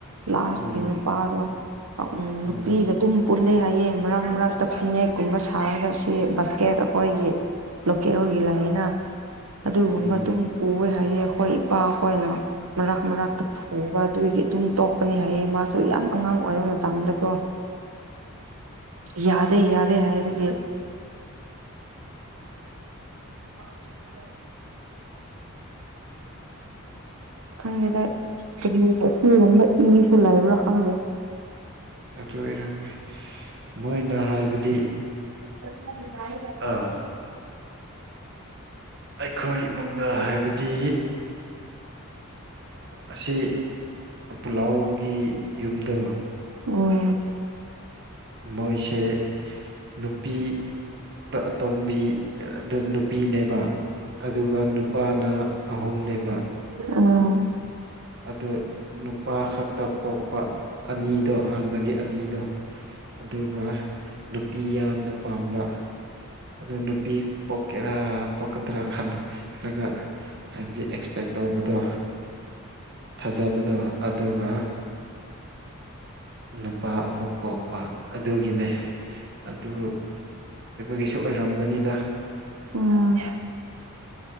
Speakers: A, on the right; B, on the right.
A: ꯂꯥꯁꯀꯤ
B: ꯎꯝ
A: ꯅꯨꯄꯥꯗꯣ ꯎ ꯅꯨꯄꯤꯒ
B: ꯎꯝ
A: ꯑꯗꯨꯝ ꯄꯨꯜꯂꯤ ꯍꯥꯏꯌꯦ ꯃꯔꯛ ꯃꯔꯛꯇ ꯐꯅꯦꯛꯀꯨꯝꯕ ꯁꯥꯔꯒ ꯑꯁꯤ ꯕꯁꯀꯦꯠ ꯑꯩꯈꯣꯏꯒꯤ ꯂꯣꯀꯦꯜꯒꯤ ꯂꯥꯏꯅ ꯑꯗꯨꯒꯨꯝꯕ
B: ꯎꯝ
A: ꯑꯗꯨꯝ ꯄꯨꯋꯦ ꯍꯥꯏꯌꯦ ꯑꯩꯈꯣꯏ ꯏꯄꯥꯈꯣꯏꯅ ꯃꯔꯥꯛ ꯃꯔꯥꯛ ꯎꯕ ꯑꯗꯨꯒꯤ ꯑꯗꯨꯝ ꯇꯣꯛꯄꯅꯦ ꯍꯥꯏꯌꯦ ꯃꯥꯁꯨ ꯌꯥꯝ ꯑꯉꯥꯡ ꯑꯣꯏꯕ ꯃꯇꯝꯗꯀꯣ
B: <inaudible>
A: ꯌꯥꯗꯦ ꯌꯥꯗꯦ ꯍꯥꯏꯕꯒꯤ <unintelligible> ꯈꯪꯒꯦꯗꯥꯏ ꯍꯥꯏꯗꯤ ꯑꯁꯤꯒꯨꯝꯕ ꯏꯁꯨ ꯂꯩꯕ꯭ꯔꯥ ꯈꯪꯗꯦ
B: ꯑꯗꯨ ꯑꯣꯏꯔꯝꯣꯏ ꯃꯣꯏꯅ ꯍꯥꯏꯕꯗꯤ
A: <unintelligible>
B: ꯑꯥ ꯑꯩꯈꯣꯏ ꯏꯃꯨꯡꯗ ꯍꯥꯏꯕꯗꯤ ꯑꯁꯤ ꯄꯨꯂꯥꯎꯒꯤ ꯌꯨꯝꯗꯣ
A: ꯎꯝ
B: ꯃꯣꯏꯁꯦ ꯅꯨꯄꯤ ꯑꯇꯣꯝꯕꯤ ꯅꯨꯄꯤꯅꯦꯕ ꯑꯗꯨꯒ ꯅꯨꯄꯥꯅ ꯑꯍꯨꯝꯅꯦꯕ
A: ꯎꯝ
B: ꯑꯗꯨ ꯅꯨꯄꯥ ꯈꯛꯇ ꯄꯣꯛꯄ ꯑꯅꯤꯗꯣ ꯍꯥꯟꯅꯒꯤ ꯑꯅꯤꯗꯣ ꯑꯗꯨꯒ ꯅꯨꯄꯤ ꯌꯥꯝꯅ ꯄꯥꯝꯕ ꯑꯗꯨ ꯅꯨꯄꯤ ꯄꯣꯛꯀꯦꯔꯥ ꯄꯣꯛꯀꯗ꯭ꯔꯥ ꯈꯜꯂꯒ ꯍꯥꯏꯕꯗꯤ ꯑꯦꯛꯁꯄꯦꯛ ꯇꯧꯕꯗꯣ ꯊꯥꯖꯕꯗꯣ ꯑꯗꯨꯒ ꯅꯨꯄꯥ ꯑꯃꯨꯛ ꯄꯣꯛꯄ ꯑꯗꯨꯒꯤꯅꯦ ꯑꯗꯨ ꯒꯤꯁꯨ ꯑꯣꯏꯔꯝꯒꯅꯤꯗ
A: ꯎꯝ